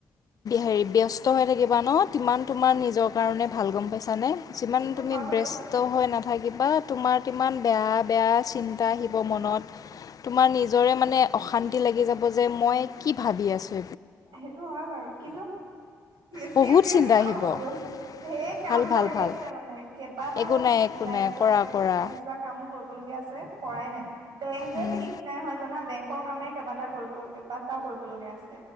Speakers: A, on the left; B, on the right.
A: হেৰি ব্যস্ত হৈ থাকিবা ন সিমান তোমাৰ নিজৰ কাৰণে ভাল গম পাইছানে। যিমান তুমি
B: হয় বাৰু
A: ব্যস্ত হৈ নাথাকিবা। বা তোমাৰ কিমান বেয়া বেয়া চিন্তা আহিব মনত তোমাৰ নিজৰে মানে অশান্তি লাগি যাব। যে মই কি ভাবি আছো।
B: সেইটো হয় বাৰু কিন্তু বেছিয়ে
A: বহুত
B: ব্যস্ত
A: চিন্তা আহিব
B: হৈ গৈছো ধেইৰ কাম
A: ভাল
B: পৰি
A: ভাল ভাল
B: আছে মানে কেইবাটাও
A: একো নাই একো
B: ওলাই
A: নাই
B: যোৱা
A: কৰা কৰা
B: ওলাই যোৱা কামো কৰিবলগীয়া আছে। পৰাই নাই বেংকে
A: উম,
B: ঠিক নাই হয় জানা বেংকৰ কামে কেইবাটা কৰিব কেইবাটাও কৰিব লগীয়া আছে।